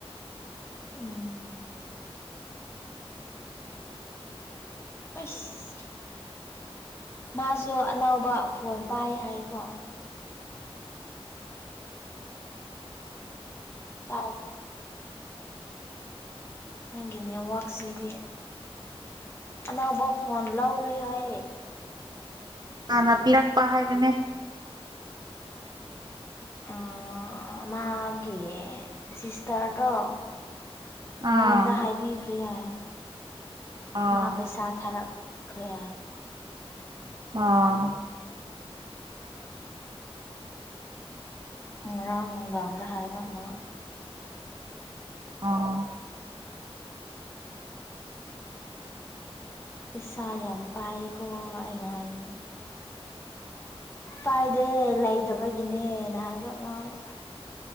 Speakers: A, on the left; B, on the right.
A: ꯎꯝ ꯎꯏꯁ ꯃꯥꯁꯨ ꯑꯅꯧꯕ ꯐꯣꯟ ꯄꯥꯏ ꯍꯥꯏꯀꯣ ꯇꯥꯞ ꯅꯪꯒꯤ ꯅꯦꯠꯋꯥꯛꯁꯤꯗꯤ ꯑꯅꯧꯕ ꯐꯣꯟ ꯂꯧꯔꯦ ꯍꯥꯏꯌꯦ
B: ꯍꯥꯟꯅ ꯄꯤꯔꯛꯄ ꯍꯥꯏꯕꯅꯦ
A: ꯑꯥ ꯃꯥꯒꯤ ꯁꯤꯁꯇꯔꯗꯣ ꯃꯉꯣꯟꯗ
B: ꯑꯥ
A: ꯍꯥꯏꯕꯤꯒ꯭ꯔꯦ ꯍꯥꯏ
B: ꯑꯥ
A: ꯃꯥ ꯄꯩꯁꯥ ꯊꯥꯔꯛ ꯈ꯭ꯔꯦ ꯍꯥꯏ
B: ꯑꯥ
A: ꯉꯔꯥꯡ ꯅꯨꯡꯗꯥꯡꯗ ꯍꯥꯏꯕ ꯃꯥ
B: ꯑꯥ
A: ꯄꯩꯁꯥ ꯌꯥꯝ ꯄꯥꯏꯀꯣ ꯑꯩꯅ ꯍꯥꯏꯕꯅꯦ ꯄꯥꯏꯗꯦ ꯂꯩꯇꯕꯒꯤꯅꯦꯅ ꯍꯥꯏꯕ ꯃꯥꯅ